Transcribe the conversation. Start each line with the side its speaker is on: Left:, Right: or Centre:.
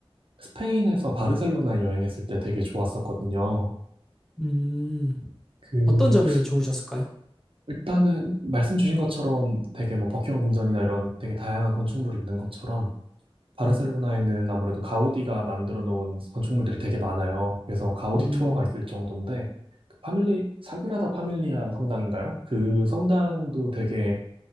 Right: 스페인에서 바르셀로나 여행했을 때 되게 좋았었거든요.
Centre: 음,
Right: 그
Centre: 어떤 점이 좋으셨을까요?
Right: 일단은 말씀 주신 것처럼 되게 뭐 버킹엄 궁전이나 이런 되게 다양한 건축물이 있는 것처럼 바르셀로나에는
Centre: 음,
Right: 아무래도 가우디가 만들어 놓은 건축물들이 되게 많아요. 그래서 가우디
Centre: 음,
Right: 투어가 있을 정도인데 그 파밀리 사그라다 파밀리아 성당인가요? 그 성당도 되게